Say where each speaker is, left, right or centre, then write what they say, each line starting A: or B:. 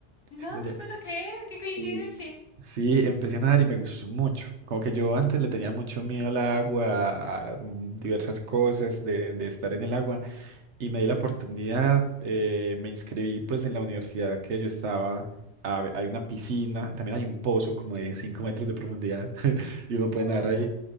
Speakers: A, on the left (about 55°); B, on the right (about 85°).
A: No
B: <laughs> Vaya.
A: te puedo creer, qué coincidencia.
B: Sí, Sí, empecé a nadar y me gustó mucho. Como que yo antes le tenía mucho miedo al agua, a mm, diversas cosas de, de estar en el agua. y me di la oportunidad, eh, me inscribí pues en la universidad que yo estaba, hab- hay una piscina, también hay un pozo como de 5 metros de profundidad <laughs> y uno puede
A: Oh,
B: nadar ahí.